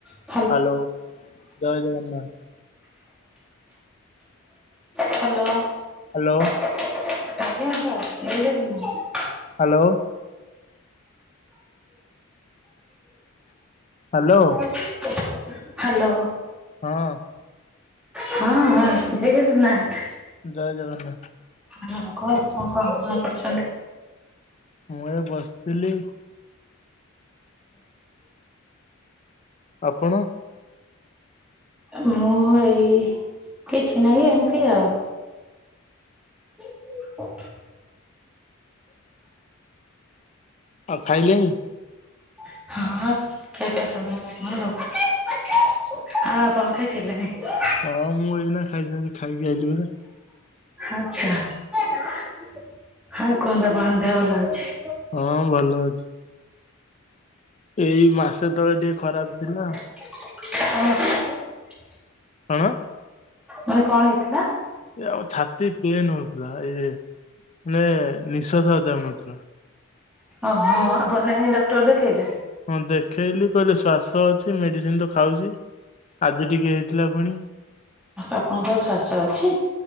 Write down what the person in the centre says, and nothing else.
ହଁ <inaudible>
Hello.
ଆଜ୍ଞା <unintelligible>
ହ୍ୟାଲୋ।
ହଁ ହଁ ଜୟ ଜଗନ୍ନାଥ।
<unintelligible> କଣ କରୁଚନ୍ତି।
ମୁଁ ଏଇ କିଛି ନାହିଁ ଏମିତି ଆଉ। ଓ ହୋ
ହଁ ଖିଆ ପିଆ ସରିଲାଣି ଆମର ଆଉ। ଆଉ ଆପଣ ଖାଇସାରିଲେଣି?
ଆଛା ଆଉ କୁହନ୍ତୁ ଆପଣଙ୍କ ଦେହ ଭଲ ଅଛି?
<unintelligible>
ମୁଁ କହିଲି କଣ ହେଇଥିଲା?
ଓହୋ ଆଉ ଆପଣ୍ଡ ନେଇକି ଡକ୍ଟର ଦେଖେଇଲେ?
ଆପଣଙ୍କର ଶ୍ୱାସ ଅଛି?